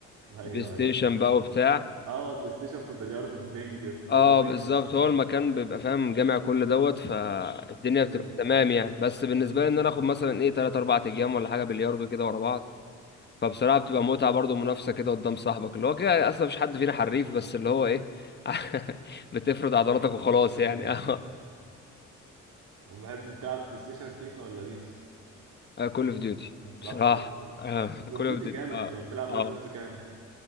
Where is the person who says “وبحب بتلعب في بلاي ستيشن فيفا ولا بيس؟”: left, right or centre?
Right